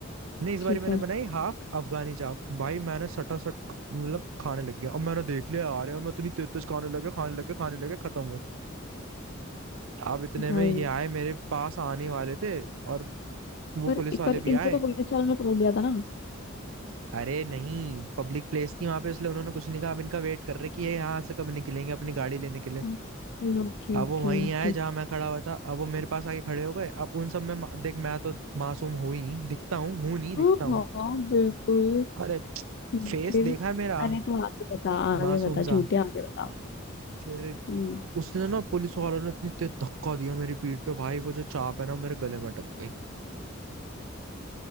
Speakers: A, on the right; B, on the left.
A: नहीं इस
B: ठीक
A: बारी मैंने
B: है
A: बनाई हाफ अफगानी चाप भाई मैंने सटा सट मतलब खाने लग गया अब मैंने देख लिया आ रहे मैं इतनी तेज तेज खाने लगे खाने लगे खाने लगे खत्म हो अब इतने
B: भाई
A: में ये आए मेरे पास आने वाले थे और वो
B: पर
A: पुलिस वाले
B: पर
A: भी
B: इनको
A: आए
B: तो पुलिस वालों ने पकड़ लिया था ना
A: अरे नहीं पब्लिक प्लेस थी वहां पे इसलिए उन्होंने कुछ नहीं कहा अब इनका वेट कर रहे कि ये यहाँ से कब निकलेंगे अपनी गाड़ी लेने के लिए
B: Okay okay okay
A: अब वो वहीं आए
B: ठीक
A: जहां मैं खड़ा हुआ था अब वो मेरे पास आके खड़े हो गए अब उन सब में मा- देख मैं तो मासूम हूं ही दिखता हूँ हूं नहीं दिखता
B: हाँ
A: हूँ
B: हाँ बिल्कुल
A: अरे
B: हम्म,
A: फेस
B: फिर
A: देखा है मेरा
B: अरे तू आगे बता आगे
A: मासूम
B: बता झूठे
A: सा
B: आगे बता
A: फिर
B: हम्म
A: उसने ना पुलिस वालों ने इतनी तेज धक्का दिया मेरी पीठ पे भाई वो जो चाप है ना वो मेरे गले में अटक गई